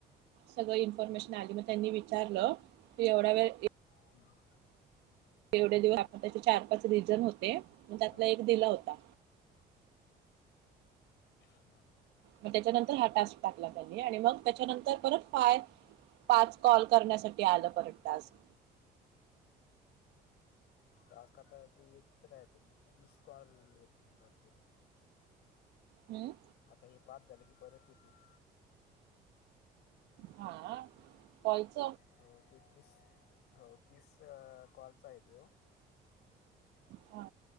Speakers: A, on the right (about 85°); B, on the left (about 80°).
A: सगळं इन्फॉर्मेशन
B: हम्म.
A: आली म. त्यांनी विचारलं ते एवढा वेळ ए
B: हम्!
A: एवढ्या दिवस आपण त्याचे चार पाच रिझन होते, मग त्यातला
B: हा.
A: एक दिला होता.
B: हं!
A: मग त्याच्यानंतर हा टास्क टाकला त्यांनी आणि मग त्याच्यानंतर परत फाय पाच कॉल करण्यासाठी आलं परत टास्क.
B: टास्क आता ते येत राहते प्लस कॉल येत मग आपल्याला.
A: हम्म!
B: आता हे पाच झाले की परत येतील.
A: हा हा! कॉलच
B: हो ते तीस हो तीस अ कॉलचा आहे त्योव.
A: हा!